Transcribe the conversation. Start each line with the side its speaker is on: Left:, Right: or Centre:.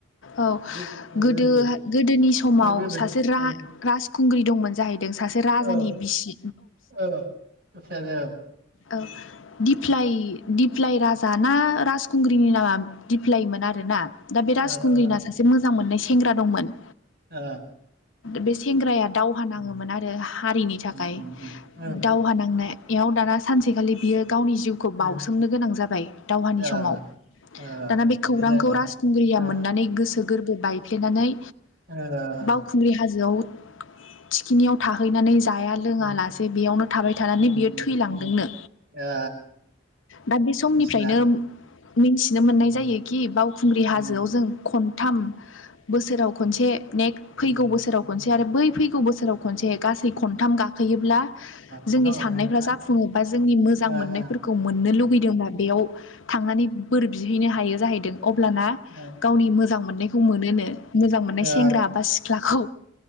Left: औ
Right: बेबायदि
Left: गोदोहा गोदोनि समाव
Right: गोदो
Left: सासे सासे रा-राजखुंग्रि
Right: औ
Left: दंमोन जाहैदों सासे राजानि
Right: औ
Left: बिसि
Right: औ <unintelligible>
Left: औ दिप्लाइ दिप्लाइ राजा ना राजखुंग्रिनि नामा दिप्लाइमोन आरोना दा बे राजखुंग्रिना
Right: ओ
Left: सासे मोजां मोननाय सेंग्रा दंमोन
Right: ओ
Left: बे सेंग्राया दावहा नाङोमोन
Right: ओ
Left: आरो हारिनि थाखाय
Right: उम उम उम औ
Left: दावहा नांना याव दाना सानसेखालि बियो गावनि जिउखौ
Right: ओ
Left: बाउसोमनो गोनां जाबाय दावहानि
Right: ओ
Left: समाव
Right: ओ
Left: दाना बे
Right: बिदि
Left: खौरांखौ
Right: जागोना
Left: राजखुंग्रिया
Right: ओ
Left: मोननानै गोसो गोरबो बायफ्लेनानै
Right: ओ
Left: बावखुंग्रि हाजोयाव थिखिनियाव थाहैनानै जाया लोङा
Right: उम
Left: लासे बेयावनो थाबाय थानानै
Right: उम
Left: बियो थैलांदोंनो
Right: उम ए
Left: दा बे समनिफ्रायनो
Right: बिदिसोना
Left: मिथिनो मोननाय
Right: उम
Left: जायोखि बावखुंग्रि
Right: ओ
Left: हाजोयाव जों खनथाम बोसोराव खनसे नेक्स्ट
Right: ओ
Left: फैगौ बोसोराव खनसे आरो बै फैगौ बोसोराव खनसे गासै खथाम गाखोयोब्ला
Right: खन्थाव
Left: जोंनि
Right: गाखोयोना
Left: साननायफ्रा जाफुङो बा जोंनि मोाजां
Right: ओ
Left: मोननायफोरखौ
Right: ओ
Left: मोननो लुगै नाया बेयाव थांनानै बोर बिहैनो हायो जाहैदों अब्लाना
Right: ओ ओ
Left: गावनि मोजां मोननायखौ मोनोनो मोननाय
Right: ओ
Left: सेंग्रा बा सिख्लाखौ